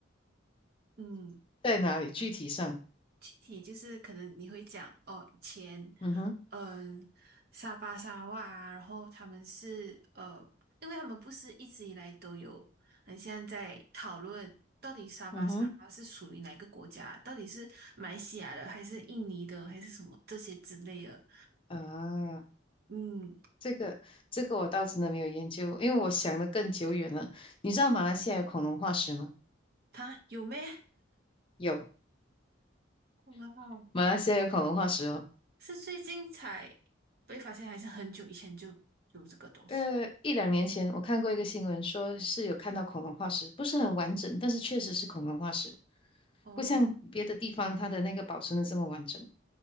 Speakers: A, on the right; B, on the left.
A: 嗯，
B: 在哪里？具体上，
A: 具体就是可能你会讲哦，以前
B: 嗯哼，
A: 嗯、呃沙巴沙哇啊然后他们是呃，因为他们不是一直以来都有很像在讨论到底沙巴沙哇是属于哪个国家，
B: 嗯哼，
A: 到底是马来西亚的还是印尼的还是什么这些之类的。
B: 啊，
A: 嗯，嗯
B: 这个这个我倒真的没有研究，因为我想的更久远了。你知道马来西亚有恐龙化石吗？
A: 他有咩？
B: 有，
A: 哇哦，
B: 马来西亚有恐龙化石哦。
A: 是最近才被发现，还是很久以前就有这个东西？
B: 呃，一两年前我看过一个新闻，说是有看到恐龙化石，不是很完整，但是确实是恐龙化石，
A: 哦
B: 不像别的地方它的那个保存的这么完整。